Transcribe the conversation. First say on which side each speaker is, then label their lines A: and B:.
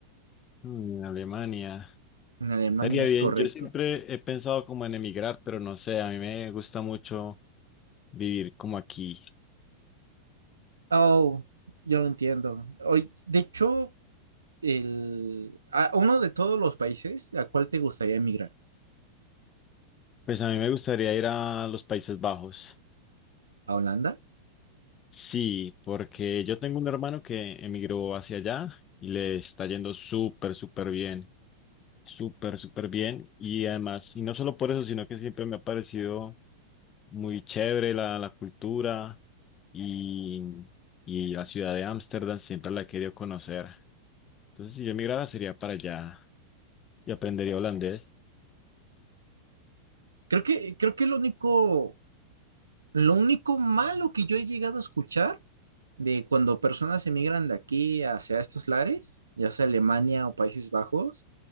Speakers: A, on the left; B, on the right.
A: Mm, En Alemania.
B: En Alemania
A: Estaría
B: es
A: bien.
B: correcto.
A: Yo siempre he pensado como en emigrar, pero no sé, a mí me gusta mucho vivir como aquí.
B: Oh, yo lo entiendo. Hoy, de hecho, el, a uno de todos los países, ¿a cuál te gustaría emigrar?
A: Pues a mí me gustaría ir a los Países Bajos.
B: ¿A Holanda?
A: Sí, porque yo tengo un hermano que emigró hacia allá y le está yendo súper, súper bien, súper, súper bien. Y además, y no solo por eso, sino que siempre me ha parecido muy chévere la, la cultura y, y la ciudad de Ámsterdam, siempre la he querido conocer. Entonces, si yo emigrara, sería para allá y aprendería holandés.
B: Creo que, creo que lo único, lo único malo que yo he llegado a escuchar de cuando personas emigran de aquí hacia estos lares, ya sea Alemania o Países Bajos,